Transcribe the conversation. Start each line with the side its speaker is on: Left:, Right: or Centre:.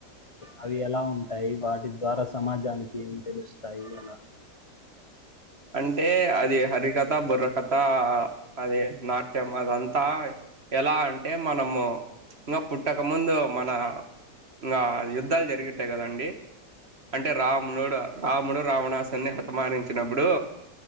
Left: అవి ఎలా ఉంటాయి వాటి ద్వారా సమాజానికి ఏం తెలుస్తాయి ఎలా
Right: అంటే అది హరికథ బుర్రకథ అది నాట్యం అదంతా ఎలా అంటే మనము ఇంకా పుట్టకముందు మన ఇంకా యుద్ధాలు జరిగుంటాయి కదండి అంటే రాముణుడు రాముడు రావణాసుని హతమానించినప్పుడు ఇప్పుడు